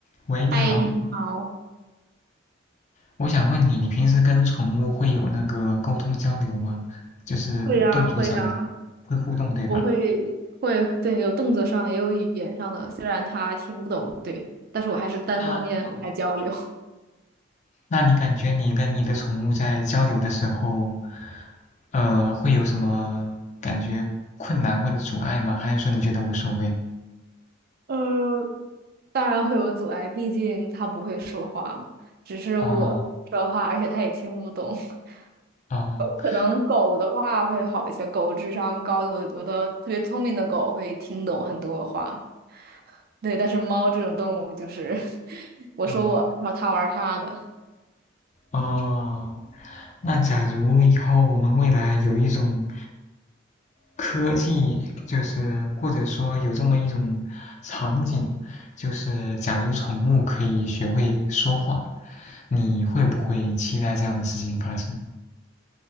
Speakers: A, on the left (about 35°); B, on the right (about 50°).
A: 喂，你好，
B: 嗨，你好。
A: 我想问你，你平时跟宠物会有那个沟通交流吗？就是动作上的，
B: 会啊，会啊，
A: 会互动，对吧？
B: 我会会，对，有动作上也有语言上的，虽然它听不懂，对，但是我还是单方面和它交流。
A: 那哦，那你感觉你跟你的宠物在交流的时候，呃，会有什么感觉困难或者阻碍吗？还是说你觉得无所谓？
B: <laughs> 呃，当然会有阻碍，毕竟它不会说话嘛，只是我说话，
A: 哦
B: 而且它也听不懂。<laughs>
A: 哦
B: 有可能狗的话会好一些，狗智商高，有有的特别聪明的狗会听懂很多话，对，但是猫这种动物就是 <laughs> 我说我，
A: 哦
B: 然后它玩它的。
A: 哦，那假如以后我们未来有一种科技就是或者说有这么一种场景，就是假如宠物可以学会说话，你会不会期待这样的事情发生？